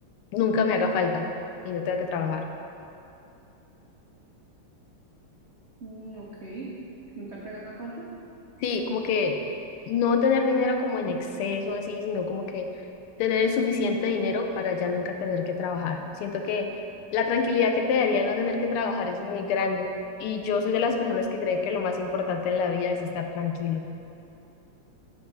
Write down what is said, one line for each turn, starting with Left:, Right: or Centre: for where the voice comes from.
Left: nunca me haga falta y no tenga que trabajar.
Right: Mm, ok, que nunca te haga falta.
Left: Sí, como que no tener dinero como en exceso, así, sino como que tener el suficiente dinero para ya nunca tener que trabajar. Siento que la tranquilidad que te daría el no tener que trabajar es muy grande. Y yo soy de las personas que cree que lo más importante en la vida es estar tranquilo.